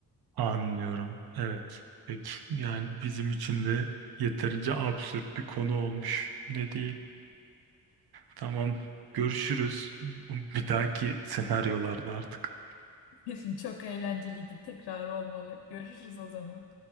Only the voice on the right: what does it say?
anlıyorum. Evet, peki. Yani bizim için de yeterince absürt bir konu olmuş. Ne diyelim? Tamam. Görüşürüz. Bir dahaki senaryolarda artık.